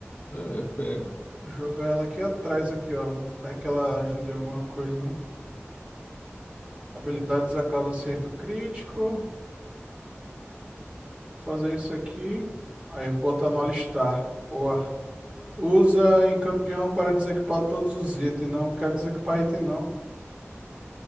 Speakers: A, on the left; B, on the right.
A: Ah, É, pega.
B: jogar ela aqui atrás, aqui, ó. Vai que ela ajuda em alguma coisa, né? Habilidades a causa acerto crítico. fazer isso aqui. Aí eu botar no alistar. Boa. Usa em campeão para desequipar todos os itens. Não, não quero desequipar item, não.